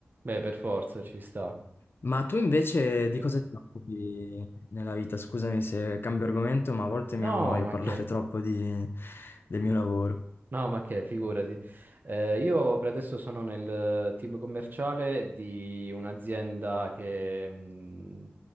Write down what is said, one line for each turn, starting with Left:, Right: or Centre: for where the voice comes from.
Right: Beh, per forza ci sta.
Left: Ma tu invece di
Right: Sì.
Left: cosa ti occupi nella vita? Scusami se cambio argomento, ma a volte
Right: No,
Left: mi annoio
Right: ma
Left: parlare
Right: che?
Left: <laughs> troppo di- del mio lavoro.
Right: No, ma che, figurati. Eh, io per adesso sono nel team commerciale di un'azienda che mh,